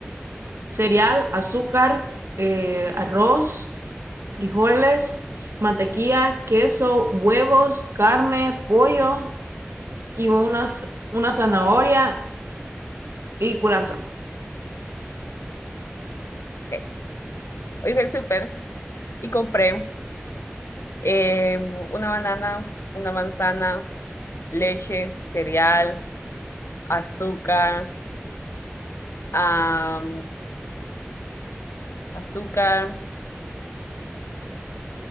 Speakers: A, on the right (about 80°); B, on the left (about 80°).
A: cereal, azúcar, eh, arroz, frijoles, mantequilla, queso, huevos, carne, pollo y unas, una zanahoria y culantro.
B: Ok. Hoy fui al súper y compré eh, una banana, una manzana, leche, cereal, azúcar, ah, azúcar,